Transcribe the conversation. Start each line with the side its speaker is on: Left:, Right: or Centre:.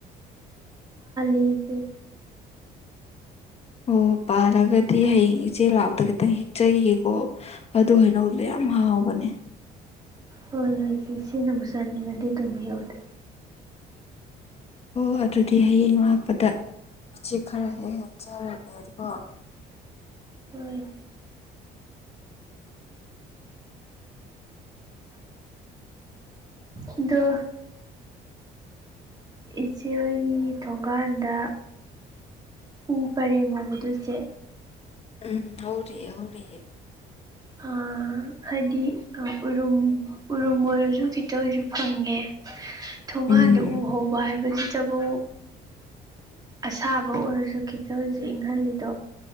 Right: ꯎ
Left: ꯑꯣ ꯄꯥꯔꯒꯗꯤ ꯍꯌꯦꯡ ꯏꯆꯦ ꯂꯥꯛꯄꯗ ꯈꯤꯇꯪ ꯍꯦꯛꯆꯈꯤꯒꯦꯀꯣ ꯑꯗꯨ ꯍꯥꯏꯅꯧꯕꯗꯣ ꯌꯥꯝ ꯍꯥꯎꯕꯅꯦ
Right: ꯍꯣꯏ ꯍꯣꯏ ꯁꯤ ꯁꯤꯅꯕꯨ ꯆꯥꯅꯤꯡꯉꯗꯤ ꯇꯨꯝꯕꯤꯎꯗ
Left: ꯑꯣ ꯑꯗꯨꯗꯤ ꯍꯌꯦꯡ ꯂꯥꯛꯄꯗ ꯎꯆꯆꯦꯛ ꯈꯔ ꯍꯦꯛ ꯍꯦꯛꯆꯔꯒꯦ ꯑꯗꯨꯒꯣ
Right: ꯍꯣꯏ ꯑꯗꯣ ꯏꯆꯦꯣꯏꯒꯤ ꯊꯣꯡꯒꯥꯟꯗ ꯎ ꯄꯔꯦꯡ ꯍꯧꯕꯗꯨꯁꯦ
Left: ꯎꯝ ꯍꯧꯔꯤ ꯍꯔꯤ
Right: ꯑꯥ ꯍꯥꯏꯗꯤ ꯑ ꯎꯔ ꯎꯔꯃꯔꯖꯨ ꯈꯤꯇ ꯑꯣꯏꯁꯨ ꯐꯪꯉꯦ ꯊꯣꯡꯒꯥꯟꯗ
Left: ꯎꯝ
Right: ꯎ ꯍꯧꯕ ꯍꯥꯏꯕꯁꯤꯇꯕꯨ ꯑꯁꯥꯕ ꯑꯣꯏꯔꯁꯨ ꯈꯤꯇꯁꯨ ꯏꯪꯍꯜꯂꯤꯗꯣ